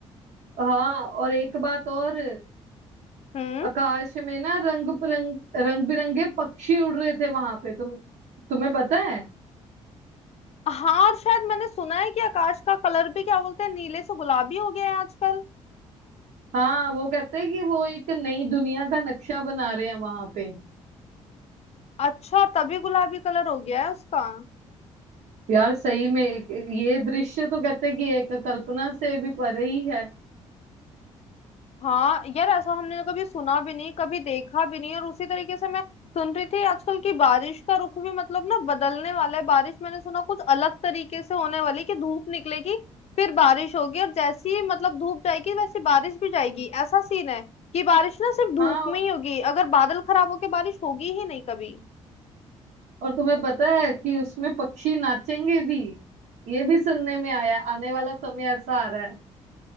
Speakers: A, on the right; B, on the left.
A: हाँ और एक बात और
B: हम्म
A: आकाश में ना रंग बिरंग रंग बिरंगे पक्षी उड़ रहे थे वहां पे तुम तुम्हें पता है
B: हाँ और शायद मैंने सुना है कि आकाश का कलर भी क्या बोलते हैं नीले से गुलाबी हो गया है आजकल
A: हाँ वो कहते हैं कि वो एक नई दुनिया का नक्शा बना रहे हैं वहां पे
B: अच्छा तभी गुलाबी कलर हो गया है उसका
A: यार सही में एक- ये दृश्य तो कहते हैं कि एक कल्पना से भी परे ही है
B: हाँ यार ऐसा हमने तो कभी सुना भी नहीं कभी देखा भी नहीं और उसी तरीके से मैं सुन रही थी आजकल की बारिश का रुख भी मतलब ना बदलने वाला है बारिश मैंने सुना कुछ अलग तरीके से होने वाली कि धूप निकलेगी फिर बारिश होगी और जैसी ही मतलब धूप जाएगी वैसी बारिश भी जाएगी ऐसा सीन है कि बारिश ना सिर्फ धूप
A: हाँ
B: में ही होगी अगर बादल खराब होके बारिश होगी ही नहीं कभी
A: और तुम्हें पता है कि उसमें पक्षी नाचेंगे भी ये भी सुनने में आया आने वाला समय ऐसा आ रहा है